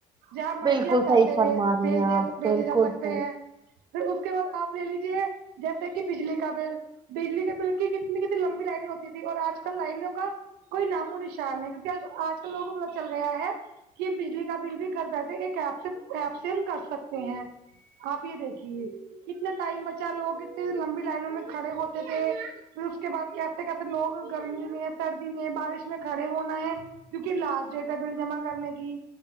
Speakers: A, on the right; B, on the right.
A: جہاں مرضی
B: بالکل
A: آپ پیسے
B: صحیح فرما
A: بھیج
B: رہی
A: بھیجے
B: ہیں آپ
A: بھیجے
B: بالکل
A: جا سکتے
B: صحیح
A: ہیں پھر اس کے بعد آپ لے لیجیے جیسے کہ بجلی کا بل بجلی کے بل کی کتنی کتنی لمبی لائنیں ہوتی اور آج کل لائنوں کا کوئی نام و نشان نہیں کیونکہ اج کل لوگوں کو پتہ چل گیا ہے کہ بجلی کا بل بھی گھر بیٹھے ایک ایپ سے ایپ سے ہم کر سکتے ہیں آپ یہ دیکھیے کتنا ٹائم بچا لوگ اتنے لمبی لائنوں میں کھڑے ہوتے تھے پھر اس کے بعد کیسے کیسے لوگ گرمی میں سردی میں بارش میں کھڑے ہونا ہے کیونکہ لاسٹ ڈیٹ ہے بل جمع کرنے کی